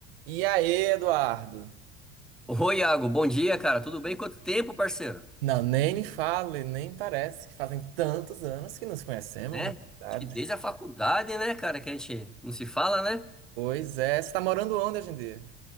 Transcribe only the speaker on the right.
E aí, Eduardo?
Não, nem me fale, nem parece que fazem tantos anos que nos conhecemos,
na verdade.
Pois é, você tá morando onde hoje em dia?